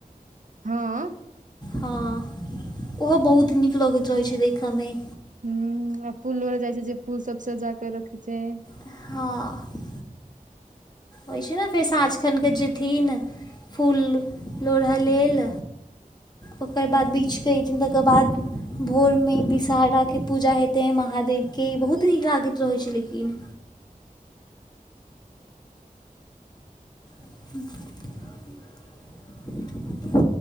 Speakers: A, on the right (about 60°); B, on the left (about 30°).
A: हूँ
B: हँ ओहो बहुत नीक लगैत रहैत छै देखय मे
A: हूँ आ फूल लोढ़य जाइ छै जे फुल सब सजाक रखै छै
B: हँ होइ छै ने फेर साँझ खन कऽ जेथिन फूल लोढ़य लेल ओकर बाद बीछ क एथिन तकर बाद भोरमे विषहराके पूजा हेतै महादेवके बहुत नीक लागैत रहैत छै लेकिन <inaudible> <inaudible>